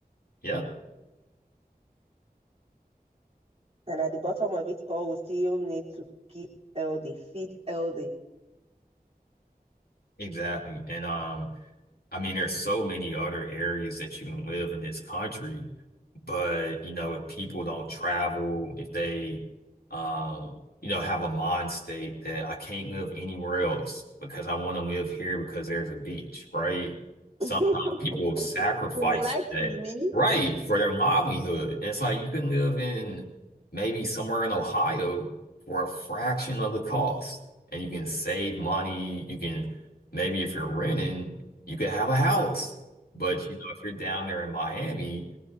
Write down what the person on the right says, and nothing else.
And at the bottom of it all, we still need to keep healthy, feed healthy.
<laughs>
So you like
swimming?